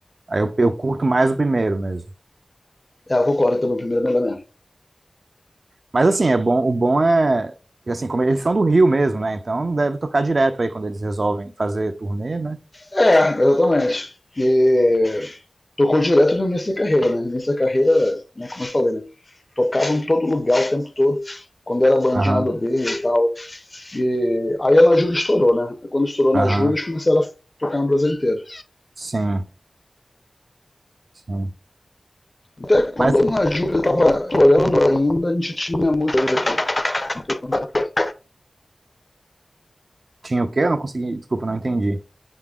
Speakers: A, on the right; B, on the left.
A: Aí eu, eu curto mais o primeiro mesmo.
B: É, eu concordo também, o primeiro é o melhor mesmo.
A: Mas assim, é bom, o bom é, assim, como eles são do Rio mesmo, né? Então deve tocar direto aí quando eles resolvem fazer turnê, né?
B: É, exatamente. E tocou direto no início da carreira, né? No início da carreira, né, como eu falei, né? Tocava em todo lugar o tempo todo, quando era bandinha
A: Aham,
B: lá do B e tal. E aí a Ana Júlia estourou, né? Aí quando estourou na
A: aham,
B: Júlia, eles começaram a tocar no Brasil inteiro.
A: sim, sim.
B: Até quando
A: Mas
B: a Dona Júlia estava chorando ainda, a gente tinha muito deles aqui. é-
A: Tinha o quê? Eu não consegui. Desculpa, não entendi.